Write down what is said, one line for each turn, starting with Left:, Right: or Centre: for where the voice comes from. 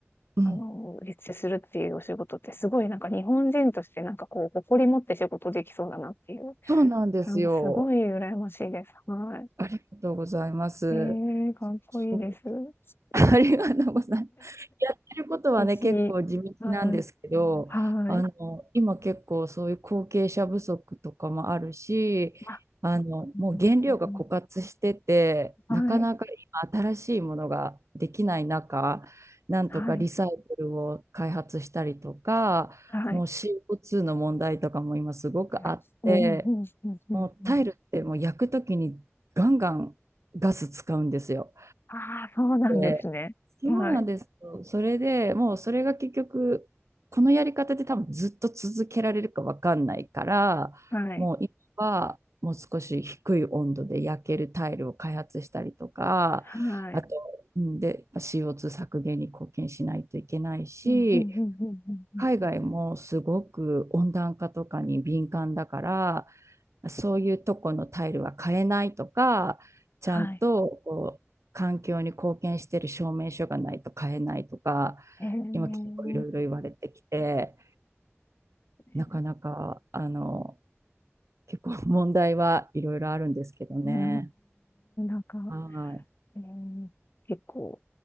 Right: うん、
Left: う、あの、立地するっていうお仕事ってすごいなんか日本人としてなんかこう、誇り持って仕事できそうだなっていう、
Right: そうなんですよ。
Left: なんかすごい羨ましいです。は
Right: ありがとうございます。
Left: い。えー、かっこいいです。
Right: そう
Left: <laughs>
Right: <laughs> ありがとうございます。やってることはね、
Left: ぜひ、
Right: 結構地道なんですけど、
Left: はい、はい。
Right: あの、今結構そういう後継者不足とかもあるし、
Left: あ
Right: あの、
Left: うんうんうん
Right: もう原料が枯渇してて、
Left: はい、
Right: なかなか今新しいものができない中、なんとかリサイクルを開発したりとか、
Left: はい、はい、
Right: もう CO2 の問題とかも今すごくあって、
Left: はい。うん、うん、うん、うん。
Right: もうタイルってもう焼くときにガンガンガス使うんですよ。
Left: うんああ、そうなんですね。
Right: でそうなんですよ。
Left: はい、
Right: それでもうそれが結局このやり方で多分ずっと続けられるかわかんないからもう今はもう少し低い温度で焼けるタイルを開発したりとかあとうんで
Left: はい、はい。
Right: CO2 削減に貢献しないといけないし
Left: うん、うん、うん、うん、うん。うん
Right: 海外もすごく温暖化とかに敏感だからそういうとこのタイルは買えないとかちゃんとこう環境に貢献してる証明書がないと買えないとか
Left: はい。へえ、へ
Right: 今結構いろいろ言われてきて
Left: え、
Right: なかなかあの結構問題はいろいろあるんですけどね。
Left: なんか、
Right: はい、
Left: えー、結構、